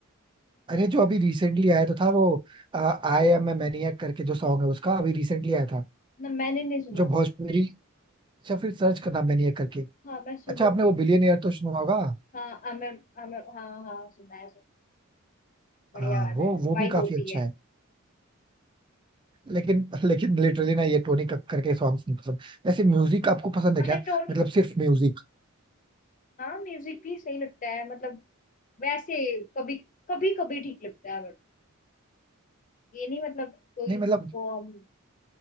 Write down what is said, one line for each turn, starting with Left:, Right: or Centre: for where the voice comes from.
Right: अरे जो अभी रिसेंटली आया तो था वो आई एम ए मैनिएक करके जो सॉन्ग है उसका अभी रिसेंटली आया था
Left: ना मैंने नहीं सुना
Right: जो भोजपुरी अच्छा फिर सर्च करना मैनिएक करके
Left: हाँ मैं सुनूंगी
Right: अच्छा आपने वो बिलियनियर तो सुना होगा
Left: हाँ आमिर आमिर हाँ हाँ सुना है सुना है। बढ़िया
Right: हाँ
Left: गाना
Right: वो
Left: है
Right: वो
Left: वाइब
Right: भी काफी
Left: होती
Right: अच्छा
Left: है
Right: है लेकिन लेकिन लिटरली ना ये टोनी कक्कर के सॉन्ग्स नहीं पसंद वैसे म्यूजिक आपको पसंद है
Left: अरे
Right: क्या
Left: टोन
Right: मतलब सिर्फ म्यूजिक
Left: हाँ म्यूजिक भी सही लगता है मतलब वैसे कभी कभी कभी ठीक लगता है बट ये नहीं मतलब कोई
Right: नहीं
Left: उसको
Right: मतलब
Left: हम